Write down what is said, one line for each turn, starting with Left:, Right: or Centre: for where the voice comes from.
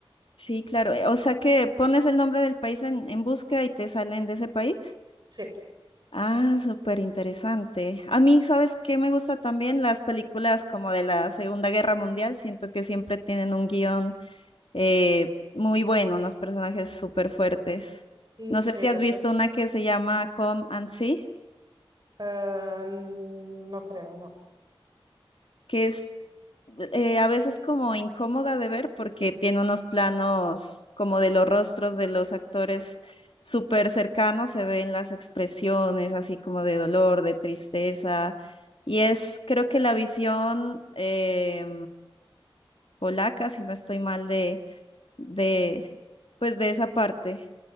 Left: Sí, claro. eh, O sea que pones el nombre del país en, en búsqueda y te salen de ese país.
Right: Sí,
Left: Ah, súper interesante. A mí, ¿sabes qué me gusta también? Las películas como de la Segunda Guerra Mundial. Siento que siempre tienen un guión eh, muy bueno, unos personajes súper fuertes.
Right: mm,
Left: No
Right: sí,
Left: sé si
Right: la
Left: has
Right: verdad.
Left: visto una que se llama Come and See,
Right: Ah, no creo, no.
Left: que es eh, a veces como incómoda de ver porque tiene unos planos como de los rostros de los actores súper cercanos, se ven las expresiones así como de dolor, de tristeza. Y es, creo que la visión eh, polaca, si no estoy mal, de, de, pues de esa parte,